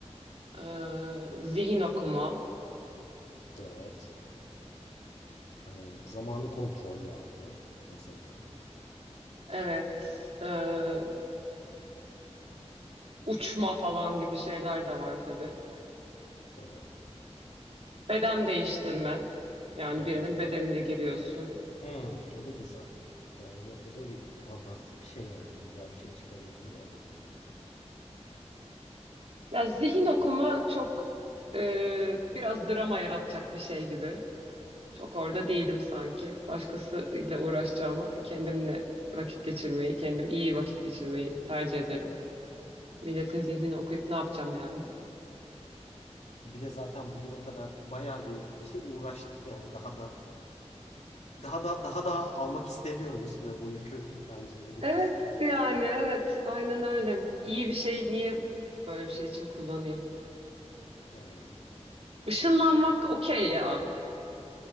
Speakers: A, on the right (about 60°); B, on the left (about 75°).
A: ee, zihin okuma,
B: Evet. Ee, zamanı kontrol vardı mesela.
A: evet, ee, uçma falan gibi şeyler de var tabii.
B: Tabii.
A: Beden değiştirme, yani
B: O
A: birinin
B: da
A: bedenine giriyorsun.
B: Hmm, o da güzel. Ha, o da o da bir fantastik bir şey yani. Güzel bir şey çıkarılabilir oradan da.
A: Ya zihin okuma çok ee, biraz drama yaratacak bir şey gibi. Çok orada değilim sanki. Başkasıyla uğraşacağımı kendimle vakit geçirmeyi, kendim iyi vakit geçirmeyi tercih ederim. Milletin zihnini okuyup ne yapacağım yani?
B: Bir de zaten bugüne kadar bayağı bir <laughs> uğraştık yani daha da daha da daha da almak istemiyorum üstüme bu yükü. Bence öyle
A: Evet
B: diyorsun ha.
A: yani evet aynen öyle. İyi bir şey niye böyle bir şey için kullanayım?
B: Yani
A: Işınlanmak okey ya.